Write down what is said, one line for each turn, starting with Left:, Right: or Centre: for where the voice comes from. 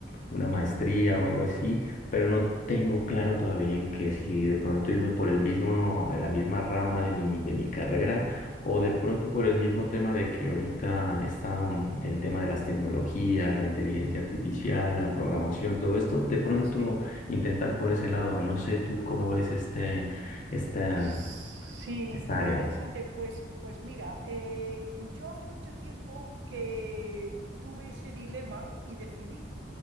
Left: una maestría o algo así pero no tengo claro todavía en que si de pronto
Right: ya,
Left: irme por el mismo, la misma rama de mi, de mi carrera o
Right: claro.
Left: de pronto por el mismo tema de que ahorita está mm, el tema de las tecnologías, la inteligencia artificial, la programación,
Right: Ah,
Left: todo esto, de pronto
Right: sí.
Left: intentar por ese lado. No sé tú cómo ves este, esta,
Right: Sí,
Left: esta
Right: muy
Left: área.
Right: interesante. Pues, pues mira, eh, yo hace mucho tiempo que tuve ese dilema y decidí.